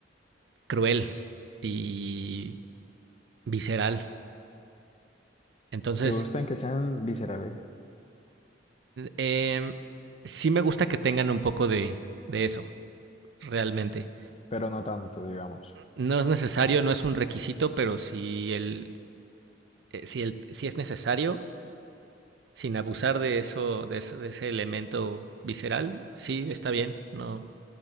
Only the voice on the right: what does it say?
cruel y visceral. Entonces,
eh, sí me gusta que tengan un poco de, de eso, realmente.
No es necesario, no es un requisito, pero si el, eh, si el, si es necesario, sin abusar de eso, de eso, de ese elemento visceral, sí, está bien, no,